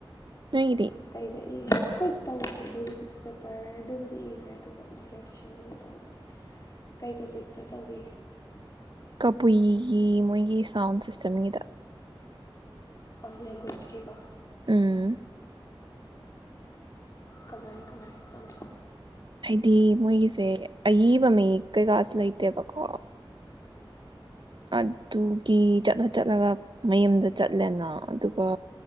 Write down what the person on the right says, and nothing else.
ꯅꯣꯏꯒꯤꯗꯤ
ꯀꯄꯏꯒꯤ ꯃꯣꯏꯒꯤ ꯁꯥꯎꯟ ꯁꯤꯁꯇꯦꯝꯒꯤꯗ
ꯎꯝ
ꯍꯥꯏꯗꯤ ꯃꯣꯏꯒꯤꯁꯦ ꯑꯏꯕ ꯃꯤꯌꯦꯛ ꯀꯩꯀꯥꯁꯨ ꯂꯩꯇꯦꯕꯀꯣ ꯑꯗꯨꯒꯤ ꯆꯠꯂ ꯆꯠꯂꯒ ꯃꯌꯨꯝꯗ ꯆꯠꯂꯦꯅ ꯑꯗꯨꯒ